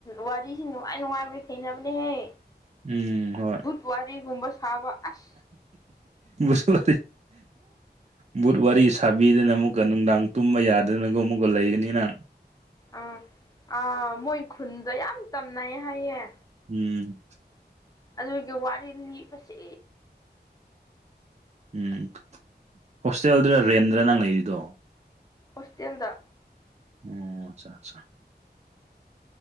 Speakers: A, on the left; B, on the right.
A: ꯋꯥꯔꯤꯁꯤ ꯅꯨꯡꯉꯥꯏ ꯅꯨꯡꯉꯥꯏꯕ ꯊꯦꯡꯅꯕꯅꯦꯍꯦ
B: ꯎꯝ ꯍꯣꯏ
A: ꯇ ꯄꯨꯋꯥ ꯋꯥꯔꯤꯔꯤꯒꯨꯝꯕ ꯊꯕ ꯑꯁ
B: ꯁꯂ ꯕꯨꯠ ꯋꯥꯔꯤ ꯁꯥꯕꯤꯗꯅ ꯑꯃꯨꯛꯀ ꯅꯨꯡꯗꯥꯡ ꯇꯨꯝꯕ ꯌꯥꯗꯅꯒ ꯑꯃꯨꯛꯀ ꯂꯩꯒꯅꯤꯅ
A: ꯑꯥ ꯑꯥ ꯃꯣꯏ ꯈꯨꯟꯗ ꯌꯥꯝ ꯇꯝꯅꯩ ꯍꯥꯏꯌꯦꯦ
B: ꯎꯝ
A: ꯑꯗꯨꯒꯤ ꯋꯥꯔꯤ ꯂꯤꯕꯁꯤ
B: ꯎꯝ ꯍꯣꯁꯇꯦꯜꯗꯔ ꯔꯦꯟꯗ꯭ꯔ ꯅꯪ ꯂꯩꯔꯤꯗꯣ
A: ꯍꯧꯁꯇꯦꯟꯗ
B: ꯎꯝ ꯑꯆꯥ ꯑꯆꯥ